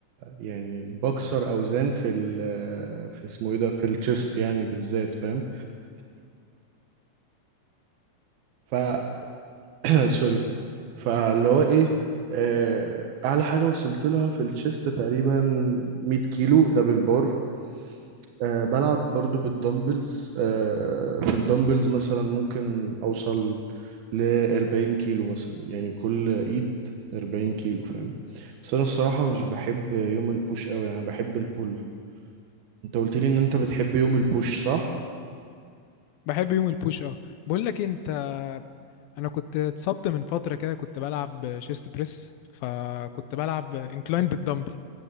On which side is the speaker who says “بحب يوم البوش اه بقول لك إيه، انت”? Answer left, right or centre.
Left